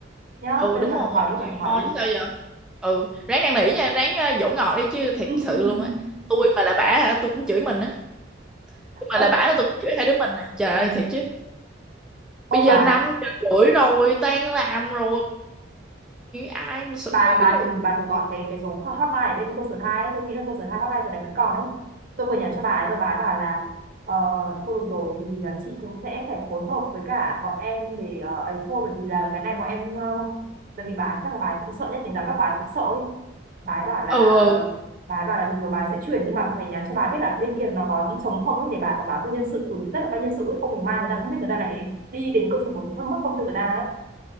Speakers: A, on the right; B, in the centre.
A: nhá
B: ừ
A: bây
B: đúng
A: giờ bà
B: rồi
A: thử hỏi đi
B: chịu
A: bà thử hỏi
B: thôi
A: đi
B: chứ sao giờ ừ ráng năn nỉ nha ráng ờ, dỗ ngọt đi chứ thiệt
A: <laughs>
B: sự luôn á tôi mà là bả hả tôi cũng chửi mình á tôi mà
A: ôi
B: là bả là tôi cũng chửi hai đứa mình nè trời
A: ừ.
B: ơi thiệt chứ
A: ôi
B: bây giờ
A: bà
B: năm rưỡi rồi tan làm rồi ai mà xử
A: bà
B: lý
A: bà
B: đi
A: thử bà thử gọi cái cái số hotline ở bên cơ sở hai ấy. tôi nghĩ là cơ sở hai hotline giờ này vẫn còn đấy tôi vừa nhắn cho bà ấy rồi bà ấy bảo là ờ, thôi được rồi thì ờ, chị cũng sẽ phải phối hợp với cả bọn em để ờ, ấy thôi bởi vì là cái này bọn em ờ, tại vì bà ấy chắc là bà ấy cũng sợ nhất thì giám đốc bà ấy cũng sợ ấy bà ấy bảo là
B: ừ ừ.
A: bà ấy bảo là được rồi bà ấy sẽ chuyển nhưng mà phải nhắn cho bà ấy biết là bên kia nó có những trống không ấy để bà có báo cho nhân sự ừ, tức là ban nhân sự ấy, không mình mai người ta không biết người ta lại đi đến cơ sở một thì mất công cho người ta ấy